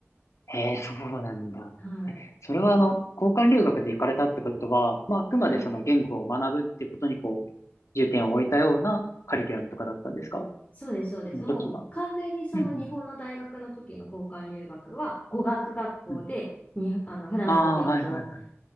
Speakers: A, on the left (about 85°); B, on the left (about 30°).
A: へえ、へえ、そうなんだ。
B: はい。
A: え、それはあの、交換留学で行かれたってことは、まあ、あくまでその言語を学ぶってことにこう、
B: はい。
A: 重点を置いたようなカリキュラムとかだったんですか
B: そうです、そうです。
A: その時は。
B: もう完全にその日本の大学の時の交換留学は語学学校でにあのフランス語を勉強
A: うんうんうん。ああ、はいはいは